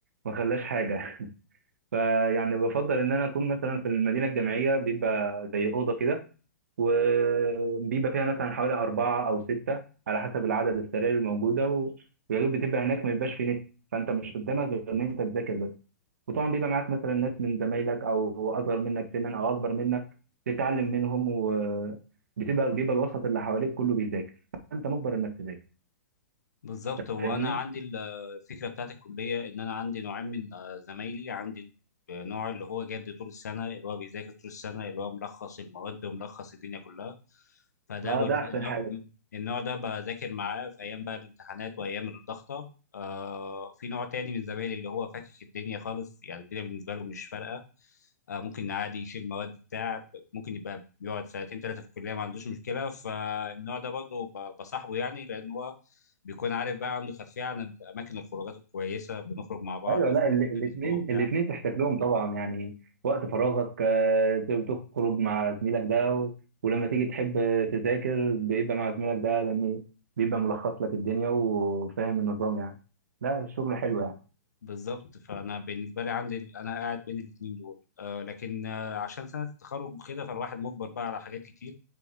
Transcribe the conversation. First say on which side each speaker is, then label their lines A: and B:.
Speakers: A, on the right; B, on the left.
A: ما خلاش حاجه <laughs> فيعني بفضل ان انا اكون مثلا في المدينه الجامعيه بيبقى زي اوضه كده وبيبقى فيها مثلا حوالي اربعه او سته على حسب العدد السراير الموجوده و- ويا دوب بتبقى هناك ما بيبقاش في نت فانت مش قدامك غير ان انت تذاكر بس وطبعا بيبقى معاك مثلا ناس من زمايلك او اصغر منك سنا او اكبر منك تتعلم منهم وبتبقى بيبقى الوسط اللي حواليك كله بيذاكر فانت مجبر انك تذاكر
B: بالظبط هو
A: فاهمني
B: انا عندي ال- الفكره بتاعت الكليه ان انا عندي نوعين من آه، زمايلي عندي النوع اللي هو جاد طول السنه اللي هو بيذاكر طول السنه اللي هو ملخص المواد وملخص الدنيا كلها فده
A: اه
B: بال-
A: ده احسن
B: النوع
A: حاجه
B: النوع ده بذاكر معاه في ايام بقى الامتحانات وايام الضغطه آه في نوع تاني من زمايلي اللي هو فاكك الدنيا خالص يعني الدنيا بالنسبه له مش فارقه آه ممكن عادي يشيل مواد بتاع ممكن يبقى بيقعد سنتين ثلاثه في الكليه ما عندوش مشكله فالنوع ده برضه ب- بصاحبه يعني لان هو بيكون عارف بقى عنده خلفية عن الأماكن الخروجات الكويسة بنخرج مع بعض
A: ايوه لا الاثنين
B: في الأسبوع وبتاع
A: الاثنين تحتاج لهم طبعا يعني وقت فراغك آه، تخرج مع زميلك ده و- ولما تيجي تحب آه، تذاكر بيبقى مع زميلك ده لان بيبقى ملخص لك الدنيا وفاهم النظام يعني لا الشغل حلو يعني
B: بالظبط فأنا بالنسبة لي عندي ال- أنا قاعد بين الاتنين دول آه لكن آه عشان سنة التخرج وكده فالواحد مجبر بقى على حاجات كتير